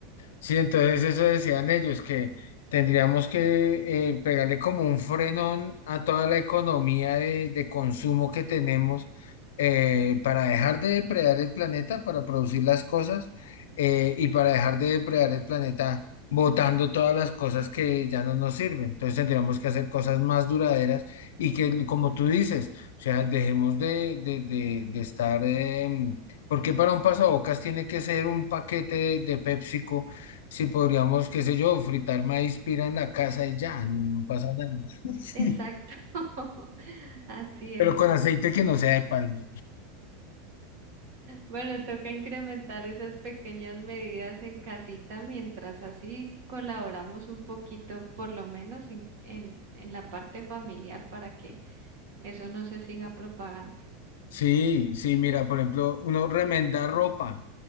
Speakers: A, on the left; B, on the right.
A: Sí, entonces eso decían ellos, que tendríamos que eh, pegarle como un frenón a toda la economía de, de consumo que tenemos eh, para dejar de depredar el planeta, para producir las cosas eh, y para dejar de depredar el planeta botando todas las cosas que ya no nos sirven. Entonces tendríamos que hacer cosas más duraderas y que, como tú dices, o sea, dejemos de, de, de, de estar... em, ¿Por para un pasabocas tiene que ser un paquete de, de PepsiCo? si podríamos, qué sé yo, fritar maíz pira en la casa y ya, no, no pasa nada. <laughs> Sí.
B: Exacto. <laughs> Así es.
A: Pero con aceite que no sea de palma.
B: Bueno, toca incrementar esas pequeñas medidas en casita mientras así colaboramos un poquito, por lo menos en, en, en la parte familiar, para que eso no se siga propagando.
A: Sí, sí, mira, por ejemplo, uno remenda ropa.